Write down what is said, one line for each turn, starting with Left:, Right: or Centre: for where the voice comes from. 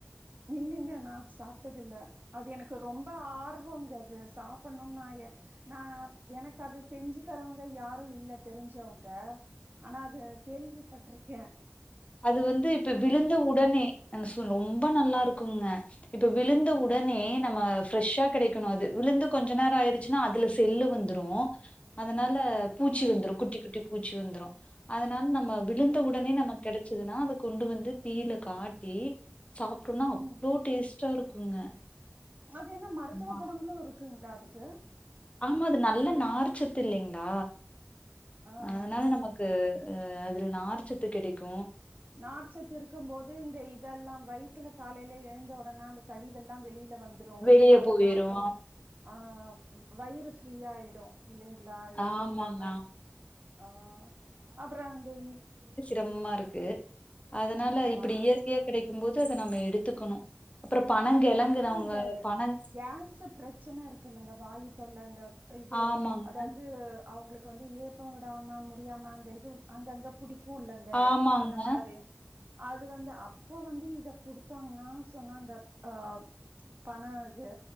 Right: இல்லைங்க நா சாப்டது இல்ல அது எனக்கு ரொம்ப ஆர்வங்க அது சாப்புன்னோனு நா எ நா எனக்கு அது செஞ்சு தரவங்க யாரு இல்ல தெரிஞ்சவங்க ஆனா அது கேள்வி பட்றுக் கே
Left: அது வந்து இப்ப விழுந்த உடனே என்சு ரொம்ப நல்லா இருக்குங்க இப்போ விழுந்த
Right: ஆ
Left: உடனே நம்ம ஃப்ரெஷ்ஷா கிடைக்கணு அது விழுந்து கொஞ்ச நேரோ ஆயிருச்சுன்னா அதுல செல்லு வந்துரு அதனால னால பூச்சி
Right: ம்
Left: வந்துரு குட்டி குட்டி பூச்சி வந்துரு அதனால நம்ம விழுந்த
Right: ம்
Left: உடனே நமக்கு கிடச்சதுன்னா அதக் கொண்டு வந்து தீயில காட்டி சாப்பிட்டோம்னா
Right: ம்
Left: அவ்ளோ டேஸ் டா இருக்குங்க
Right: அது என்ன மருத்துவ
Left: ஆ
Right: குணங்களு இருக் க்குங்களா அதுக்கு
Left: ஆமா அது நல்ல நார்ச்சத்து இல்லீங்களா
Right: ஆ
Left: அதனால
Right: ஆ
Left: நமக்கு அஹ் அதுல நார்ச்சத்து கிடைக்கு
Right: நார்ச்சத்து இருக்கும் போது இந்த இதெல்லா வயித்துல காலையில எழுந்தவுடனே அந்த கழிவெல் ளா வெளில் ல வந்துரு
Left: வெளிய
Right: அதெல்லாருக்கு
Left: போயிரும்.
Right: அ வயிறு ஃப் ஃப்ரீயாயிடு இல்லைங்களா எதுவு
Left: ஆமாங்க.
Right: இல்லாம ஆ அப்பறோ அந்த <unintelligible>
Left: தம்மாருக்கு அதனால
Right: ஆமா
Left: இப்டி இயற்கையா கிடைக் க்கும் போது அத நம்ம எடுத்துக்கணு அப்றோ பனங்கெழங்கு
Right: அப்புறம்
Left: நாங்க
Right: இந்த
Left: பனங்
Right: கேஸ் பிரச்சன இருக்குல்லங்க வாயு தொல்ல தப் இது
Left: ஆமாங்க
Right: அதாவது அவங்களுக் வந்து ஏப்போ விடாம முடியாம அந்த இது அங்கங்க பிடிக்கு குலங்க
Left: ஆமாங்க
Right: அந்த மாரி அது வந்து அப்ப வந்து இத குடுத்தாங்கனா சொன்னாங்கப் ஆ பணது